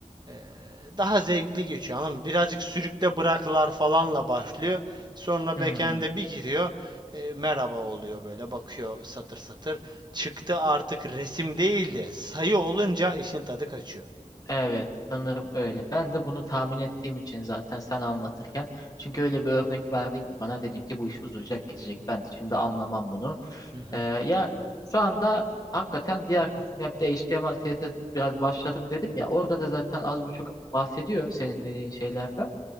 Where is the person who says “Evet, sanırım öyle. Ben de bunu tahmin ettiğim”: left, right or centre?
Left